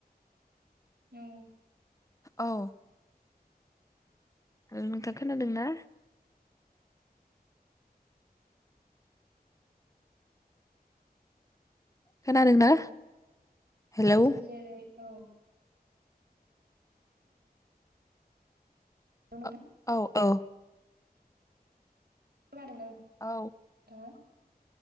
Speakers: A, on the right (about 80°); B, on the left (about 20°).
A: औ
B: औ नोंथाङा खोनादों ना? खोनादोंना
A: औ औ
B: हेलौ
A: जों जेरै औ <unintelligible>
B: औ औ
A: खोनादों ना?
B: औ
A: हो?